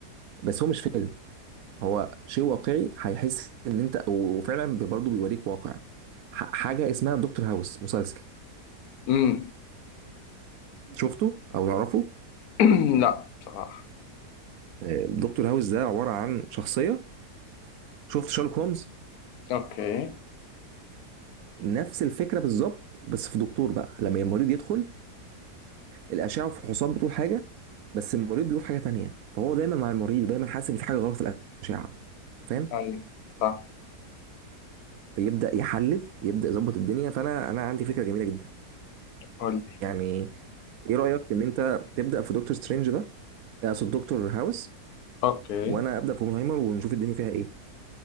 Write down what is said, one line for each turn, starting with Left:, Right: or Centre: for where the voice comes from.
Right: بس هو مش فيلم هو شيء واقعي هيحس ان انت وفعلا برضه بيوريك واقع ح... حاجه اسمها دكتور هاوس مسلسل
Left: امم
Right: شفته او تعرفه
Left: <clears throat> لا بصراحة
Right: آه، دكتور هاوس ده عباره عن شخصيه شفت شارلوك هومز
Left: اوكي
Right: نفس الفكره بالظبط بس في دكتور بقى لما المريض يدخل الاشعه والفحوصات بتقول حاجه بس المريض بيقول حاجه تانية فهو دايما مع المريض دايما حاسس ان في حاجه غلط في الاشعه أنت فاهم
Left: ايوه صح
Right: فيبدا يحلل يبدا يظبط الدنيا فانا انا عندي فكره جميله جدا
Left: قول لي
Right: يعني ايه رايك ان انت تبدا في دكتور سترينج ده اقصد دكتور هاوس
Left: اوكي
Right: وانا ابدا في اوبنهايمر ونشوف الدنيا فيها ايه